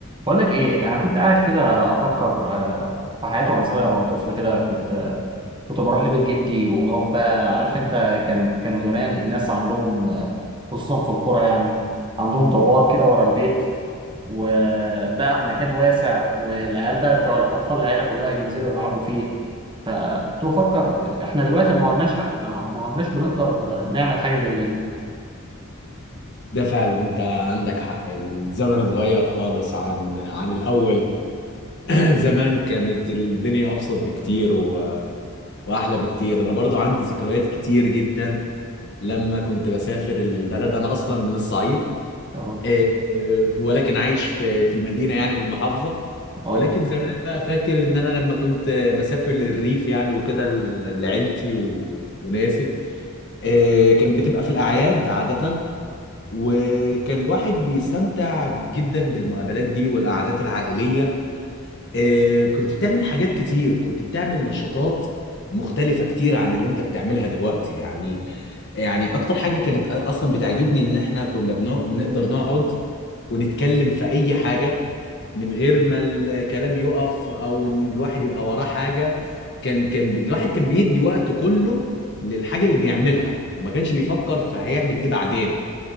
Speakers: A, on the right; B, on the left.
A: بقول لك ايه انا كنت قاعد كده افكر آه، في حياتي وانا صغير وانا طفل كده كنت كنت بروح لبيت جدي ونروح بقى عارف انت كان كانوا زمان الناس عندهم آه، خصوصا في القرى يعني عندهم دوار كده ورا البيت وبقى مكان واسع والعيال بقى بتوع الاطفال العيله كلها ينزلوا يلعبوا فيه فكنت بفكر احنا دلوقتي ما عدناش ما ما عدناش بنقدر آه، نعمل حاجه زي دي
B: ده فعلا انت عندك حق الزمن اتغير خالص عن عن الاول <clears throat> زمان كانت الدنيا ابسط بكتير و... واحلى بكتير انا برضو عندي ذكريات كتير جدا لما كنت بسافر البلد انا اصلا من الصعيد
A: اه
B: إيه، إيه، ولكن عايش في في المدينة يعني في المحافظة
A: اه
B: ولكن زمان بقى فاكر ان انا لما كنت بسافر للريف يعني وكده ل- لعيلتي و... وناسي إيه، كان بتبقى في الاعياد عادة وكان الواحد بيستمتع جدا بالمقابلات دي والقعدات العائلية آه، كنت بتعمل حاجات كتير كنت بتعمل نشاطات مختلفة كتير عن اللي انت بتعملها دلوقتي يعني يعني اكتر حاجة كانت اصلا بتعجبني ان احنا كنا بنق- بنقدر نقعد ونتكلم في اي حاجة من غير ما الكلام يقف او ان الواحد يبقى وراه حاجة كان كان بي- الواحد كان بيدي وقته كله للحاجة اللي بيعملها وما كانش بيفكر في هيعمل ايه بعدين